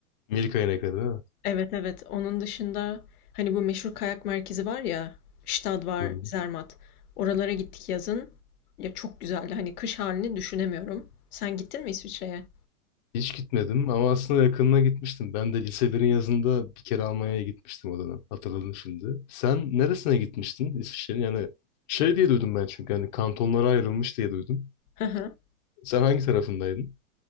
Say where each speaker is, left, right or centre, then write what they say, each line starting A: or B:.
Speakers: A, on the left; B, on the left.
A: Milka inekleri değil mi?
B: Evet evet. Onun dışında hani bu meşhur kayak merkezi var ya, Stad var,
A: Hı hı.
B: Zermatt. Oralara gittik yazın. Ya çok güzeldi. Hani kış halini düşünemiyorum. Sen gittin mi İsviçre'ye?
A: Hiç gitmedim ama aslında yakınına gitmiştim. Ben de lise birin yazında bir kere Almanya'ya gitmiştim o dönem. Hatırladım şimdi. Sen neresine gitmiştin İsviçre'nin? Yani şey diye duydum ben çünkü hani kantonlara ayrılmış diye duydum.
B: <laughs>
A: Sen hangi tarafındaydın?